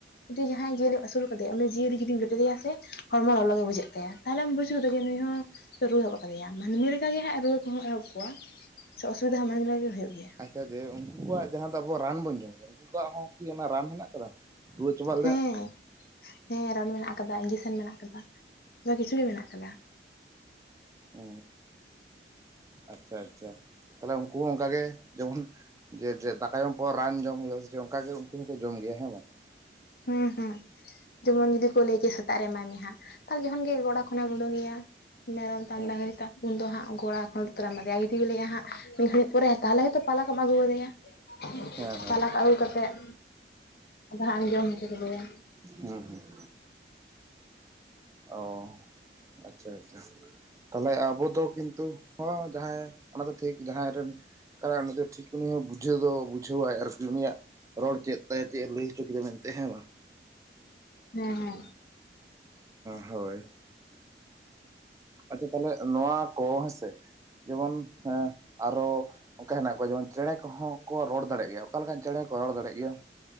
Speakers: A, on the left; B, on the right.
A: ᱡᱩᱫᱤ ᱡᱟᱦᱟᱸᱭ ᱡᱤᱭᱟᱹᱞᱤ ᱮ ᱟᱹᱥᱩᱞ ᱠᱟᱫᱮᱭᱟ ᱩᱱᱤ ᱡᱤᱭᱟᱹᱞᱤ ᱡᱩᱫᱤᱢ ᱡᱟ <unintelligible> ᱡᱩᱫᱤᱭᱟ ᱥᱮ ᱦᱚᱲᱢᱚ ᱞᱚᱞᱚ ᱜᱮ ᱵᱩᱡᱷᱟᱹᱜ ᱛᱟᱭᱟ ᱛᱟᱦᱮᱞᱮᱢ ᱵᱩᱡᱷᱟᱣ ᱫᱟ ᱡᱮ ᱱᱩᱭ ᱦᱚᱸ ᱨᱩᱣᱟᱹ ᱮᱦᱚᱵ ᱟᱠᱟᱱ ᱜᱮᱭᱟ ᱢᱟᱹᱱᱢᱤ ᱞᱮᱠᱟᱜᱮ ᱦᱟᱸᱜ ᱨᱩᱣᱟᱹ ᱠᱚᱦᱚᱸ ᱮᱦᱚᱵ ᱠᱚᱜᱣᱟ ᱥᱮ ᱚᱥᱩᱵᱤᱫᱟ ᱦᱚᱸ ᱢᱟᱹᱱᱢᱤ ᱞᱮᱠᱟᱜᱮ ᱦᱩᱭᱩᱜ ᱜᱮᱭᱟ᱾
B: ᱟᱪᱪᱷᱟ ᱡᱮ ᱩᱱᱠᱩ ᱠᱚᱣᱟᱜ ᱡᱟᱦᱟᱸ ᱫᱚ ᱟᱵᱚᱣᱟᱜ ᱨᱟᱱ ᱵᱚᱱ ᱡᱚᱢ ᱮᱫᱟ ᱩᱱᱠᱩ ᱠᱚᱣᱟᱜ ᱦᱚᱸ ᱠᱤ ᱚᱱᱟ ᱨᱟᱱ ᱢᱮᱱᱟᱜ ᱟᱠᱟᱫᱟ ᱨᱩᱣᱟ. <unintelligible> ᱪᱚᱵᱟᱜ ᱞᱤᱭᱟ᱾
A: ᱦᱮᱸ ᱦᱮᱸ ᱨᱟᱱ ᱢᱮᱱᱟᱜ ᱟᱠᱟᱫᱟ ᱤᱧᱜᱤᱥᱮᱱ ᱢᱮᱱᱟᱜ ᱟᱠᱟᱫᱟ ᱟᱢᱟ ᱠᱤᱪᱷᱩ ᱜᱮ ᱢᱮᱱᱟᱜ ᱟᱠᱟᱫᱟ᱾
B: ᱚ ᱟᱪᱪᱷᱟ ᱟᱪᱪᱷᱟ᱾ ᱛᱟᱦᱚᱞᱮ ᱩᱱᱠᱩ ᱦᱚᱸ ᱚᱝᱠᱟ ᱜᱮ ᱡᱮᱢᱚᱱ ᱡᱮ ᱡᱮ ᱫᱟᱠᱟ ᱡᱚᱢ ᱯᱚᱨ ᱨᱟᱱ ᱡᱚᱢ ᱦᱩᱭᱩᱜᱼᱟ ᱥᱮᱪᱮᱜ ᱚᱱᱠᱟ ᱜᱮ ᱩᱝ ᱩᱝᱠᱩ ᱦᱚᱸᱠᱚ ᱡᱚᱢ ᱜᱮᱭᱟ ᱦᱮᱸ ᱵᱟᱝ᱾
A: ᱦᱮᱸ ᱦᱮᱸ᱾ ᱡᱮᱢᱚᱱ ᱡᱩᱫᱤ ᱠᱚ ᱞᱟᱹᱭ ᱠᱮᱭᱟ ᱥᱮᱛᱟᱜ ᱨᱮ ᱮᱢᱟᱭ ᱢᱮ ᱦᱟᱸᱜ ᱛᱟᱦᱞᱮ ᱡᱚᱠᱷᱚᱱ ᱜᱮ ᱜᱚᱲᱟ ᱠᱷᱚᱱᱟᱢ ᱩᱰᱩᱝ ᱮᱭᱟ ᱢᱮᱨᱚᱢ ᱛᱟᱢ
B: ᱦᱮᱸ
A: ᱰᱟᱹᱝᱨᱤ ᱛᱟᱢ ᱩᱱᱫᱚ ᱦᱟᱸᱜ <unintelligible> ᱩᱝᱜᱚᱲᱟ ᱠᱷᱚᱱ ᱜᱤᱛᱚ ᱛᱚᱨᱟᱢ ᱨᱟᱱ ᱮᱢᱟᱫᱮᱭᱟ ᱦᱟᱸᱜ᱾ ᱢᱤᱫ ᱜᱷᱟᱹᱲᱤᱡ ᱯᱚᱨᱮ ᱛᱟᱦᱮᱞᱮ ᱜᱤᱛᱚ ᱯᱟᱞᱟᱠ ᱠᱚᱢ ᱟᱹᱜᱩᱣᱟᱫᱮᱭᱟ <unintelligible>
B: ᱦᱮᱸ ᱦᱮᱸ
A: ᱯᱟᱞᱟᱠ ᱟᱹᱜᱩ ᱠᱟᱛᱮᱜ- ᱟᱫᱚ ᱦᱟᱸᱜ ᱮᱢ ᱡᱚᱢ ᱦᱚᱪᱚ ᱠᱮᱫᱮᱭᱟ᱾ <inaudible>
B: <unintelligible> ᱦᱩ ᱦᱩ᱾ ᱚ ᱟᱪᱪᱷᱟ ᱟᱪᱪᱷᱟ᱾ ᱛᱟᱦᱮᱞᱮ ᱟᱵᱚ ᱫᱚ ᱠᱤᱱᱛᱩ ᱦᱚᱸ ᱡᱟᱦᱟᱸᱭ ᱚᱱᱟ ᱫᱚ ᱴᱷᱤᱠ ᱡᱟᱦᱟᱸᱭ ᱨᱮᱱ ᱠᱟᱨᱟᱭ ᱢᱤᱫ ᱫᱚ ᱴᱷᱤᱠ ᱩᱱᱤ ᱦᱚᱸ ᱵᱩᱡᱷᱟᱹᱣ ᱫᱚ ᱵᱩᱡᱷᱟᱹᱣᱟᱭ ᱟᱨᱠᱤ ᱩᱱᱤᱭᱟᱜ ᱨᱚᱲ ᱪᱮᱫ ᱛᱟᱭ ᱪᱮᱫ ᱮ ᱞᱟᱹᱭ ᱚᱪᱚ ᱠᱮᱫᱟ ᱢᱮᱱᱛᱮ ᱦᱮᱸ ᱵᱟᱝ᱾
A: ᱦᱮᱸ ᱦᱮᱸ
B: ᱦᱳᱭ ᱟᱪᱪᱷᱟ ᱛᱟᱦᱮᱞᱮ ᱱᱚᱣᱟ ᱠᱚ ᱦᱮᱥ ᱛᱮ ᱡᱮᱢᱚᱱ ᱦᱮᱸ᱾ ᱟᱨᱚ ᱚᱠᱟ ᱦᱮᱱᱟᱜ ᱠᱚᱣᱟ ᱡᱮᱢᱚᱱ ᱪᱮᱬᱮ ᱠᱚᱦᱚᱸ ᱠᱚ ᱨᱚᱲ ᱫᱟᱲᱮᱜ ᱜᱮᱭᱟ ᱚᱠᱟ ᱞᱮᱠᱟᱱ ᱪᱮᱬᱮ ᱠᱚ ᱨᱚᱲ ᱫᱟᱲᱮᱜ ᱜᱮᱭᱟ᱾